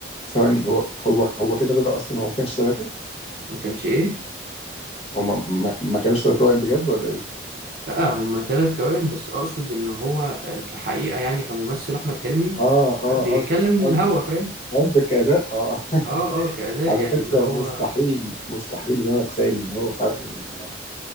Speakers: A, on the left (about 35°); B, on the right (about 50°).
A: ثواني هو هو هو كده رضا اصلا هو ما كانش ثلاثه
B: ما كانش ايه
A: هما ما, ما كانوش ثلاثه توائم بجد ولا ايه
B: لا هما تلات توائم بس أقصد إن هو آه، كحقيقة يعني كممثل أحمد حلمي
A: اه اه
B: آه، بيكلم
A: قصدك قصدك
B: من الهوا فاهم
A: قصدك اداء اه <laughs>
B: اه اه كأداء
A: على
B: يعني
A: فكره
B: اللي هو
A: مستحيل مستحيل ان انا اتخيل ان هو فعلا